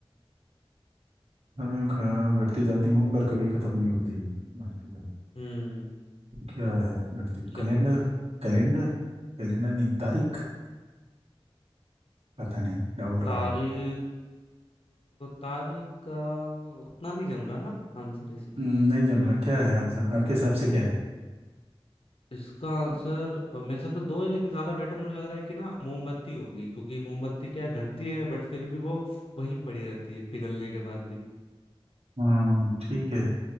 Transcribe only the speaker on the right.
हर दिन ख- घटती जाती हूँ पर कभी खत्म नहीं होती घटती जाती
क्या है घटती
कैलेंडर
कैलेंडर कैलेंडर नहीं तारीख पता नहीं डाउट हो
रहा है
हम्म, नहीं जम रहा क्या है आंसर आपके हिसाब से क्या है
हाँ ठीक है